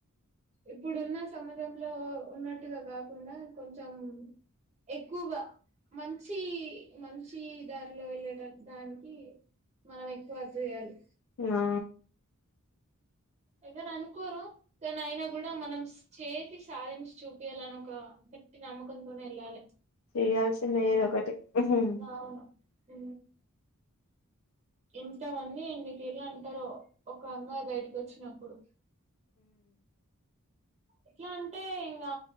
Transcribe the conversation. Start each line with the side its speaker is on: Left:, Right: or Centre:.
Right: ఇప్పుడున్న సమాజంలో ఉన్నట్టుగా కాకుండా కొంచం ఎక్కువగా మంచీ మంచీ దారిలో వెళ్ళేట దానికి మనం ఎక్కువ అద్ చేయాలి
Left: ఆ
Right: ఎవర్ అనుకోరు కాని అయినా గుడా మనం చేసి సాధించి చూపియాలన్ ఒక గట్టి నమ్మకంతోనే ఏళ్లల
Left: చేయాల్సిందే ఏదో ఒకటి ఉమ్
Right: అవును ఆ ఎంత మంది ఎన్ని తీర్ల అంటరో ఒక అమ్మాయి బయటకు వచ్చినప్పుడు ఎట్లా అంటే ఇంకా